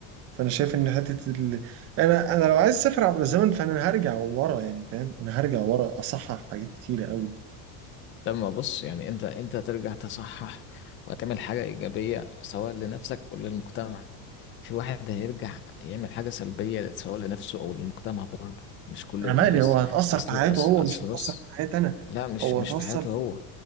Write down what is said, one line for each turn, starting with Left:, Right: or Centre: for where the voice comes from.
Right: فانا شايف ان حتة ال... انا انا لو عايز اسافر عبر الزمن فانا هرجع ورا يعني فاهم انا هرجع ورا اصحح حاجات كتيرة قوي
Left: لما بص يعني انت انت ترجع تصحح وتعمل حاجة إيجابية سواء لنفسك أو للمجتمع في واحد هيرجع يعمل حاجة سلبية سواء لنفسه أو للمجتمع برضه مش كل
Right: انا
Left: الناس
Right: مالي هو هتأثر
Left: أصل
Right: في حياته
Left: أصل,
Right: هو مش
Left: أصل
Right: هتأثر
Left: بص
Right: في حياتي انا
Left: لا مش
Right: هو
Left: مش
Right: هتأثر
Left: في حياته
Right: في...
Left: هو